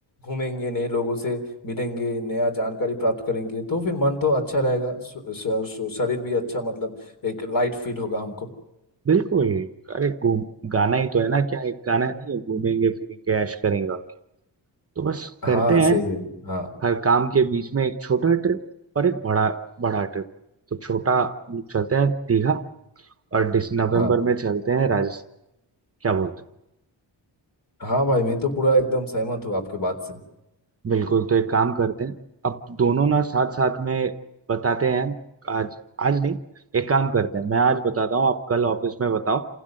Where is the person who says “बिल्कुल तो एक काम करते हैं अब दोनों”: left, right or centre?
Right